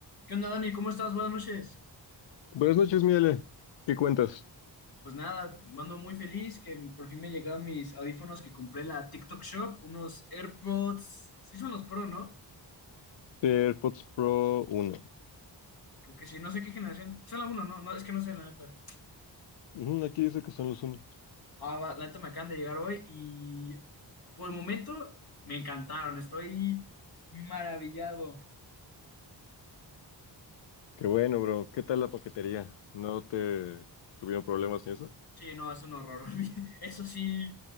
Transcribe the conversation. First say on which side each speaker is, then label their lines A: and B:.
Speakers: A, on the left (about 55°); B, on the left (about 85°).
A: ¿Qué onda, Dani? ¿Cómo estás? Buenas noches.
B: Buenas noches, Miele. ¿Qué cuentas?
A: Pues nada, ando muy feliz que por fin me llegaron mis audífonos que compré en la TikTok Shop, unos AirPods. Sí son los Pro, ¿no?
B: AirPods Pro uno.
A: Creo que sí, no sé qué generación. Son algunos, ¿no? No, es que no sé, la neta.
B: Ujú, aquí dice que son los uno.
A: Ah, va, la neta me acaban de llegar hoy y por el momento me encantaron. Estoy maravillado.
B: Qué bueno, bro. ¿Qué tal la paquetería? ¿No te tuvieron problemas ni eso?
A: Sí, no, es un horror. <laughs> Eso sí,